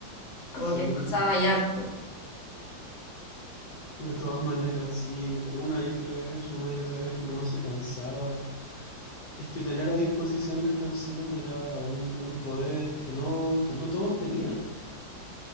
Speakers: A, on the left; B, on the left.
A: como
B: Sí,
A: que escuchaba y harto.
B: de todas maneras, sí, una y otra vez, una y otra vez, y uno no se cansaba. Es que tener a disposición las canciones era un, un poder que no, que no todos tenían.